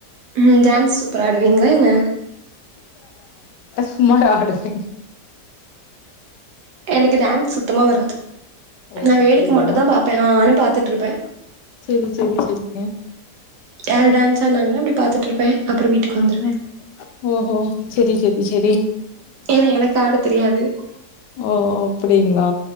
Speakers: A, on the right; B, on the left.
A: ம் டான்ஸ் சூப்பரா ஆடுவீங்ளா என்ன
B: சுமாரா ஆடுவேன்
A: எனக்கு டான்ஸ் சுத்தமா வராது
B: ஓ
A: நா வேடிக்க
B: அப்டியா
A: மட்டுந்தா பாப்பேன் ஆனு பாத்துட்டுருப்பேன்
B: செரி செரி செரிங்க
A: யாரு டான்ஸ் ஆடுனாங்கனா யா அப்பிடி பாத்துட்டுயிருப்பே அப்புறோ வீட்டுக்கு வந்துருவே
B: ஆஹா ஓஹோ செரி செரி செரி
A: ஏன்னா எனக்காடத் தெரியாது
B: ஓ அப்பிடிங்களா